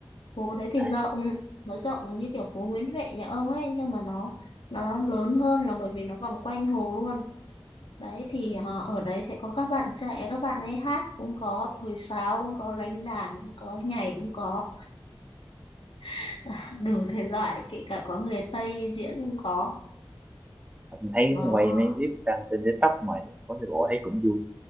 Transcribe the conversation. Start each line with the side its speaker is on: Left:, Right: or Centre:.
Left: Phố đấy thì
Right: à,
Left: rộng, nó rộng như kiểu phố Nguyễn Huệ nhà ông ấy, nhưng mà nó nó lớn hơn là bởi vì nó vòng quanh hồ luôn đấy thì ờ, ở đấy sẽ có các bạn trẻ các bạn ấy hát cũng có thổi sáo cũng có đánh đàn cũng có nhảy cũng có <laughs> à, đủ thể loại kể cả có người Tây diễn cũng có
Right: mình thấy
Left: nó
Right: quay mấy clip đăng trên TikTok ngoài thì phố đi bộ thấy cũng vui